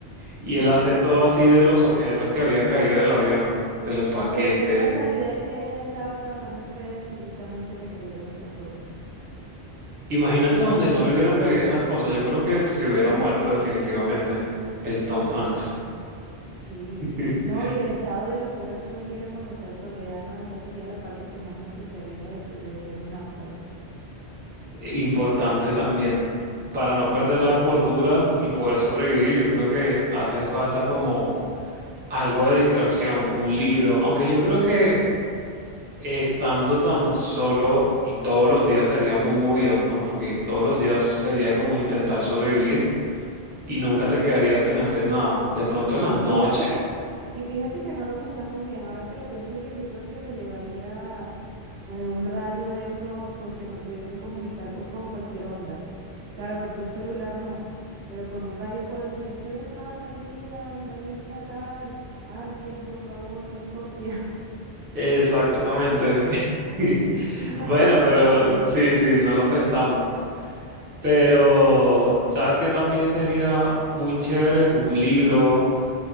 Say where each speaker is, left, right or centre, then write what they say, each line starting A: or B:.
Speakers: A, on the right (about 15°); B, on the right (about 70°).
A: Y él hace todo así de los objetos que habían caído del avión, de los paquetes.
B: Pero qué casualidad que él estaba trabajando en FedEx y justamente le cayeron esas cosas.
A: Imagínate
B: <laughs>
A: donde no le hubieran caído esas cosas. Yo creo que se hubiera muerto definitivamente el
B: Claro,
A: Tom Hanks.
B: sí.
A: <laughs>
B: No, y el estado de locura que uno llega cuando está en soledad, no, esa sería la parte que más me asustaría de, de ser un náufrago.
A: Importante también. Para no perder
B: Sí,
A: la cordura y poder sobrevivir, yo creo que hacen falta como algo de distracción, un libro,
B: sí.
A: aunque yo creo que
B: sí.
A: estando tan solo y todos los días sería muy movido, ¿no? Porque todos los días sería como intentar sobrevivir y nunca te quedarías sin hacer nada. De pronto en las
B: Y
A: noches.
B: fíjate que, y fíjate que no lo pensamos bien. Ahora que lo pienso bien, yo creo que me llevaría eh, un radio de esos eh, que me pudiese comunicar por, con cualquier onda. Claro, porque un celular no, pero con un radio puedo decir, estoy acá perdida en la isla tal, alguien por favor me copia. <laughs>
A: Exactamente. <laughs>
B: Y no
A: Bueno,
B: lo pensamos.
A: pero sí, sí, no lo pensamos. Pero, ¿sabes qué también sería muy chévere? Un libro,